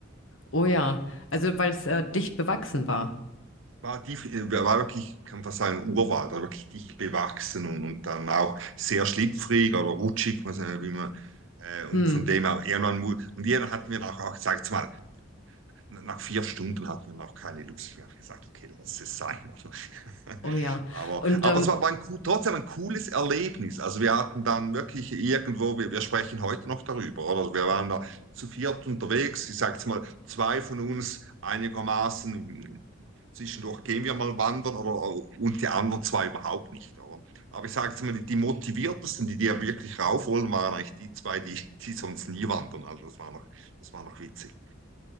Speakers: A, on the left; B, on the right.
A: Oh ja, also weil es äh, dicht bewachsen war.
B: war, die, war wirklich, kann man sagen, Urwald, war wirklich dicht bewachsen und, und dann auch sehr schlüpfrig oder rutschig, weiß nicht, wie man, äh, und
A: Hm,
B: von dem her, irgendwann, mu- und irgendwann hatten wir nach, auch, sag's mal, nach vier Stunden hatten wir noch keine Lust mehr. Ich habe gesagt, okay, lass es sein. <laughs>
A: oh ja.
B: aber,
A: Und
B: aber
A: ähm,
B: es war, war ein, cool- trotzdem ein cooles Erlebnis. Also wir hatten dann wirklich irgendwo, wir, wir sprechen heute noch darüber, oder? Wir waren da zu viert unterwegs, ich sag's mal, zwei von uns einigermaßen Zwischendurch gehen wir mal wandern oder, und die anderen zwei überhaupt nicht. Oder? Aber ich sage jetzt mal, die, die motiviertesten, die die ja wirklich rauf wollen, waren eigentlich die zwei, die, die sonst nie wandern. Also das war noch, das war noch witzig.